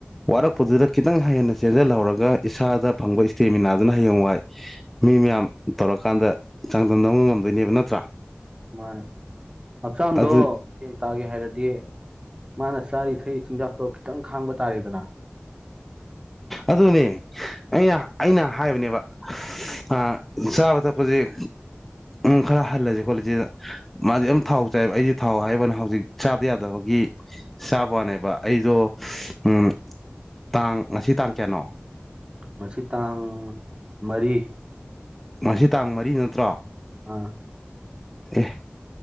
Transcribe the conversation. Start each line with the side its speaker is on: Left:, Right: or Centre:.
Centre: ꯋꯥꯔꯛꯄꯗꯨꯗ ꯈꯤꯇꯪ ꯍꯦꯟꯅ ꯆꯦꯟꯖꯜꯍꯧꯔꯒ ꯏꯁꯥꯗ ꯐꯪꯕ ꯏꯁꯇꯦꯃꯤꯅꯥꯗꯨꯅ ꯍꯌꯦꯡ ꯋꯥꯏ ꯃꯤ ꯃꯌꯥꯝ ꯇꯧꯔꯀꯥꯟꯗ ꯆꯥꯡꯗꯝꯅꯕ ꯉꯝꯗꯣꯏꯅꯦꯕ ꯅꯠꯇ꯭ꯔꯥ
Right: ꯃꯥꯅꯦ ꯍꯛꯆꯥꯡꯗꯣ
Centre: ꯑꯗꯨ
Right: ꯇꯥꯒꯦ ꯍꯥꯏꯔꯗꯤ ꯃꯥꯅ ꯆꯥꯔꯤ ꯊꯛ ꯆꯤꯟꯖꯥꯛꯇꯣ ꯈꯤꯇꯪ ꯈꯥꯡꯕ ꯇꯥꯔꯦꯗꯅ
Centre: ꯑꯗꯨꯅꯦ ꯑꯩꯅ ꯑꯩꯅ ꯍꯥꯏꯕꯅꯦꯕ ꯑ ꯆꯥꯕ ꯊꯛꯄꯁꯦ ꯎꯝ ꯈꯔ ꯍꯜꯂꯁꯤ ꯈꯣꯂꯦꯁꯤꯅ ꯃꯥꯗꯤ ꯑꯝ ꯊꯥꯎ ꯆꯥꯏꯕ ꯑꯩꯗꯤ ꯊꯥꯎ ꯍꯥꯏꯕꯩ ꯋꯥꯅꯤ ꯍꯧꯖꯤꯛ ꯆꯥꯗ ꯌꯥꯗꯕꯒꯤ ꯆꯥꯕꯋꯥꯅꯦꯕ ꯑꯩꯗꯣ ꯎꯝ ꯇꯥꯡ ꯉꯁꯤ ꯇꯥꯡ ꯀꯌꯥꯅꯣ
Right: ꯃꯁꯤ ꯇꯥꯡ ꯃꯔꯤ
Centre: ꯉꯁꯤ ꯇꯥꯡ ꯃꯔꯤ ꯅꯠꯇ꯭ꯔꯣ
Right: ꯑꯥ
Centre: ꯑꯦ